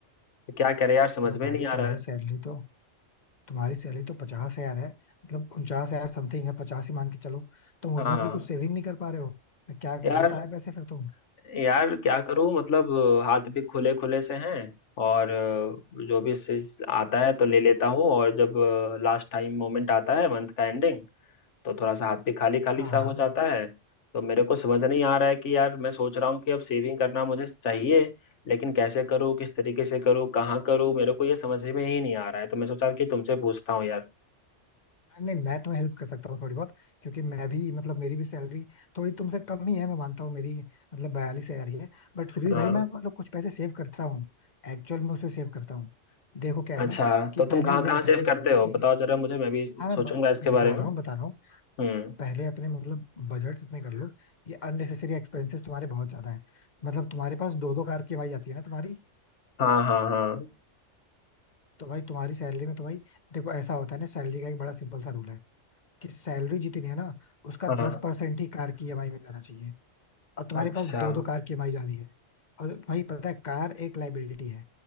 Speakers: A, on the left; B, on the left.
A: तो क्या करे यार समझ
B: क्यों
A: में
B: भाई
A: नहीं आ
B: तुम्हारी
A: रहा है
B: सैलरी तो तुम्हारी सैलरी तो पचास हजार है मतलब उनचास हजार समथिंग है पचास ही मान के चलो तुम उसमें
A: हाँ
B: भी कुछ सेविंग नहीं कर पा रहे हो तो क्या कर
A: यार
B: रहे हो सारे पैसे फिर तुम
A: यार क्या करूँ मतलब हाथ भी खुले खुले से हैं और अ, जो भी चीज आता है तो ले लेता हूँ और जब लास्ट टाइम मोमेंट आता है मंथ का एंडिंग तो थोड़ा सा हाथ भी खाली खाली
B: हाँ
A: सा
B: हाँ
A: हो जाता है तो मेरे को समझ नहीं आ रहा है कि यार मैं सोच रहा हूँ कि अब सेविंग करना मुझे चाहिए लेकिन कैसे करूँ किस तरीके से करूँ कहाँ करूँ मेरे को ये समझ में ही नहीं आ रहा है तो मैं सोचा कि तुमसे पूछता हूँ यार
B: नहीं मैं तुम्हें हेल्प कर सकता हूँ थोड़ी बहुत क्योंकि मैं भी मतलब मेरी भी सैलरी थोड़ी तुमसे कम ही है मैं मानता हूँ मेरी मतलब बयालीस हजार ही है बट फिर भी
A: हाँ
B: भाई मैं मतलब कुछ पैसे सेव करता हूँ एक्चुअल में उसे सेव करता हूँ देखो क्या है
A: अच्छा
B: ना कि
A: तो तुम
B: पहले
A: कहाँ
B: ये
A: कहाँ
B: बताओ
A: सेव करते हो
B: कि
A: बताओ जरा मुझे मैं भी
B: हाँ मैं
A: सोचूंगा
B: ब-
A: इसके बारे
B: बता
A: में
B: रहा हूँ बता रहा हूँ
A: हम्म
B: पहले अपने मतलब बजट इतने कर लो ये अननेसेसरी एक्सपेंसेस तुम्हारे बहुत ज्यादा है मतलब तुम्हारे पास दो दो कार की भाई आती है ना तुम्हारी
A: हाँ हाँ हाँ
B: तो भाई तुम्हारी सैलरी में तो भाई देखो ऐसा होता है ना सैलरी का एक बड़ा सिंपल सा रूल है कि सैलरी जितनी है ना उसका
A: हाँ
B: दस परसेंट ही कार की ईएमआई में जाना चाहिए और तुम्हारे
A: अच्छा
B: पास दो दो कार की ईएमआई जा रही है और भाई पता है कार एक लाइबिलिटी है